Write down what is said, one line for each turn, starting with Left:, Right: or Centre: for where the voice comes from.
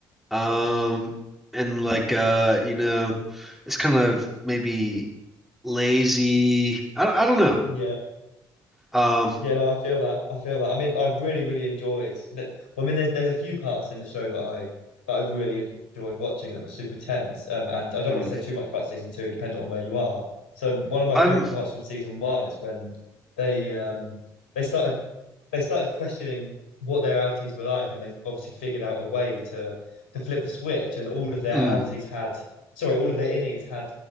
Centre: um and like uh you know it's kind of maybe lazy. I I don't know.
Left: Yeah.
Centre: Um
Left: Yeah, no, I feel that. I feel that. I mean, I really, really enjoyed that. Well, I mean, there's there's a few parts in the show that I that I've really enjoyed watching that were super tense. Um, and I don't
Centre: mm,
Left: want to say too much about season two, depending on where you are. So one of my
Centre: I'm
Left: favorite parts from season one is when they um they start they started questioning what their outies were like, and they obviously figured out a way to to flip the switch. And all of their
Centre: mm,
Left: outies had, sorry, all of their innies had